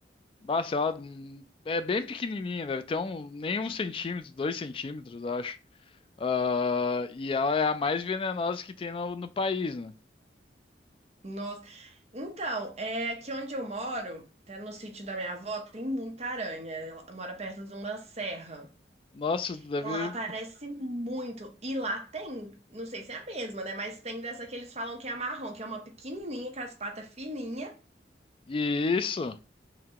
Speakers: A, on the left (about 30°); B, on the right (about 35°).
A: Nossa, ela hum, é bem pequenininha, deve ter um, nem um centímetro, dois centímetros, acho. Ah, e ela é a mais venenosa que tem no, no país, né?
B: nossa. Então, é aqui onde eu moro, até no sítio da minha avó, tem muita aranha. Ela mora perto de uma serra.
A: Nossa, deve.
B: Então lá aparece muito. E lá tem, não sei se é a mesma, né? Mas tem dessa que eles falam que é a marrom, que é uma pequenininha com as patas fininhas.
A: E isso.